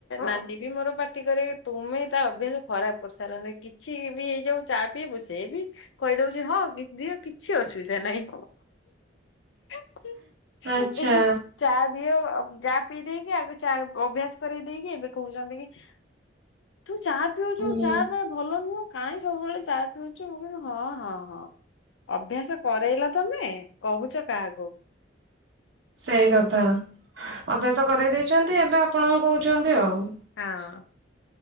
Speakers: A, on the left; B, on the right.
A: ନାନୀ ବି ମୋର ପାର୍ଟି କରେ ତୁମେ ତା ଅଭ୍ୟାସ ଖରାପ କରିସାରିଲାଣି କିଛି ବି ହେଇଯାଉ ଚା ପିଇବୁ ସେ ବି କହିଦଉଛି ହଁ କି ଦିଅ କିଛି ଅସୁବିଧା ନାହିଁ ଇ
B: ଆଚ୍ଛା
A: ହି ଚା ଦିଅ ଯା ପିଇ ଦେଇେଇକି ଆଗ ଚା ଅଭ୍ୟାସ କର ଦେଇକି ଏବେ କହୁଛନ୍ତି କି ତୁ ଚା ପିଉଛୁ
B: ହୁଁ
A: ଚା ଭଲ ନୁହଁ କାହିଁ ସବୁବେଳେ ଚାହା ପିଉଛୁ ମୁଁ କୁ ହଁ ହଁ ହଁ ଅଭ୍ୟାସ କରରେଇଲ ତମେ କହୁଛ କାହାକୁ
B: ସେଇ କଥା ଅଭ୍ୟାସ କରାଇ ଦେଇଛନ୍ତି ଏବେ ଆପଣଙ୍କୁ କହୁଛନ୍ତି ଆଉ
A: ହଁ